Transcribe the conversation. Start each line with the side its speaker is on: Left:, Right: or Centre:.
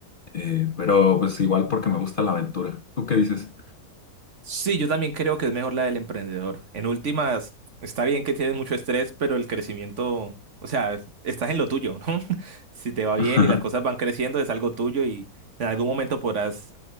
Left: Eh, pero pues igual porque me gusta la aventura. ¿Tú qué dices?
Right: Sí, yo también creo que es mejor la del emprendedor. En últimas, está bien que tienes mucho estrés, pero el crecimiento, o sea, estás en lo tuyo, ¿no? <laughs> Si te va
Left: <laughs>
Right: bien y las cosas van creciendo, es algo tuyo y en algún momento podrás